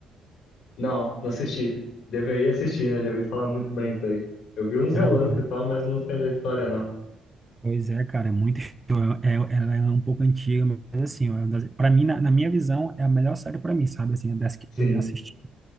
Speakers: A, on the left; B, on the right.
A: Não, não assisti. Deveria assistir, né? Já vi falar muito bem isso aí. Eu vi uns
B: Já,
A: relances
B: né?
A: e tal, mas não sei da história, não.
B: Pois é, cara, é muito <laughs> show. É, ela é um pouco antiga, mas assim, para mim, na, na minha visão, é a melhor série para mim, sabe? Assim, é das que
A: Sim,
B: eu já assisti.